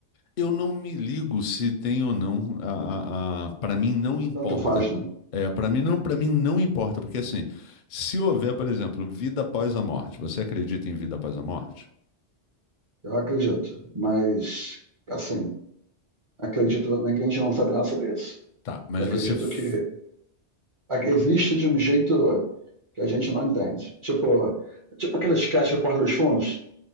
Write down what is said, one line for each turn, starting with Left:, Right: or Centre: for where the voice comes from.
Left: Eu não me ligo se tem ou não, a, a para mim não importa.
Right: Tanto faz, né?
Left: É, para mim não, para mim não importa, porque assim, se houver, por exemplo, vida após a morte, você acredita em vida após a morte?
Right: Eu acredito, mas assim, Acredito também que a gente não sabe nada sobre isso.
Left: Tá, mas
Right: Eu acredito
Left: você f-
Right: que é, existe de um jeito que a gente não entende. Tipo, tipo aquele sketch do Porta dos Fundos,